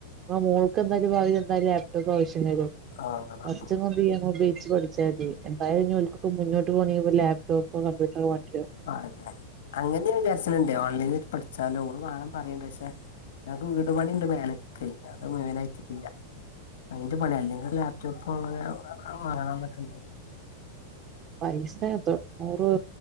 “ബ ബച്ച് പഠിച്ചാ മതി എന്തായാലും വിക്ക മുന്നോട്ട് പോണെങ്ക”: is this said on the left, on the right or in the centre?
Right